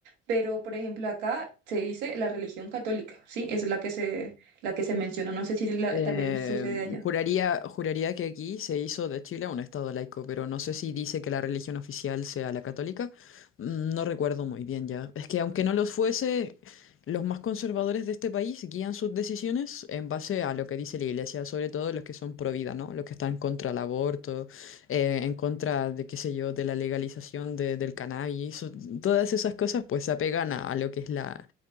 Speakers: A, on the right (about 70°); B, on the left (about 35°).
A: pero por ejemplo, acá se dice la religión católica, ¿sí? Esa es la que se, la que se menciona, no sé si la-
B: Eh,
A: también sucede allá.
B: juraría, juraría que aquí se hizo de Chile un estado laico, pero no sé si dice que la religión oficial sea la católica. Mm, No recuerdo muy bien ya. Es que aunque no los fuese, los más conservadores de este país guían sus decisiones en base a lo que dice la iglesia, sobre todo los que son pro vida, ¿no? Los que están contra el aborto, eh, en contra de, qué sé yo, de la legalización de- del cannabis. Todas esas cosas pues se apegan a a lo que es la